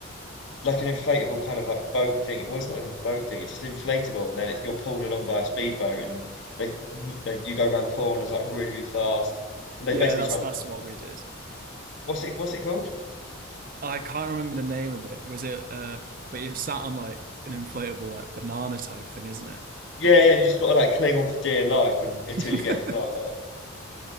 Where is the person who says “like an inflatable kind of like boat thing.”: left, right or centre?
Left